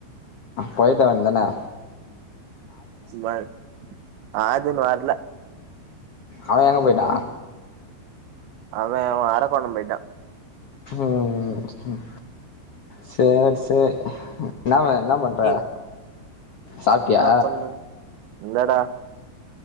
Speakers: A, on the left; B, on the right.
A: போயிட்டுவந்தனா
B: <unintelligible> அது இன்னு வர்ல
A: அவ எங்க போயிட்டா
B: அவ அவ அரக்கோண போயிட்டா
A: ம் ம் சேரி சேரி என்னாவ என்ன பண்ற
B: நீ
A: சாப்ட்டியா
B: என்ன பண்ண இல்லடா